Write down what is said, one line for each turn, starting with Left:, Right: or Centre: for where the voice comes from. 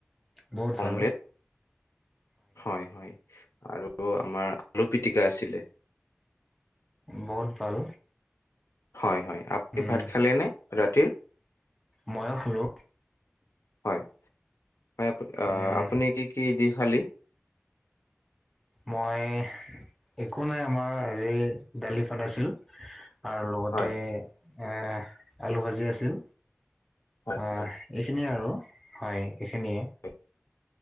Centre: বহুত ভাল
Left: অমলেট, হয় হয় আৰু অ আমাৰ আলু পিটিকা আছিলে।
Centre: বহুত ভাল।
Left: হয় হয়, আপুনি
Centre: উম
Left: ভাত খালে নে ৰাতিৰ?
Centre: ময়ো খালো
Left: হয় হয় আপ আ
Centre: উম
Left: -আপুনি কি কি দি খালী?
Centre: মই একো নাই আমাৰ এই যে দালি বনাইছিল। আৰু লগতে
Left: হয়
Centre: এ আলু ভাজি আছিল।
Left: হয়
Centre: অ
Left: হয়
Centre: এইখিনিয়ে আৰু হয় এইখিনিয়ে।
Left: হয়